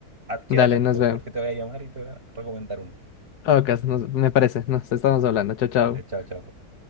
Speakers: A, on the right (about 40°); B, on the left (about 85°).
A: a- queda
B: Dale,
A: atento
B: nos vemos.
A: porque te voy a llamar y te voy a recomendar una.
B: Ok, nos- me parece. Nos estamos hablando. Chao, chao.
A: Vale, chao, chao.